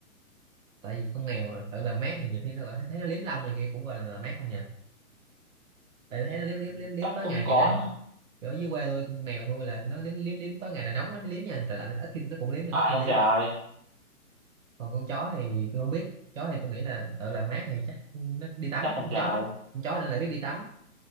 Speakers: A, on the right; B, on the right.
A: tại vì con mèo tự làm mát thì nhiều khi nó gọi- thấy nó liếm lông này kia cũng gọi là làm mát không nhỉ tại thấy nó liếm
B: Ừ,
A: liếm liếm liếm
B: Chắc
A: tối
B: cũng
A: ngày
B: có.
A: cái trời Kiểu ở dưới quê tôi mèo nuôi là nó liếm liếm liếm tối ngày trời nóng nó mới liếm nha trời lạnh ít khi nó cũng liếm nhưng
B: Phải
A: ít khi
B: không
A: liếm
B: trời?
A: còn con chó thì tôi không biết chó thì tôi nghĩ là tự làm mát hay chắc nó đi tắm
B: Chắc không
A: con
B: trời.
A: chó nó con chó nó lại biết đi tắm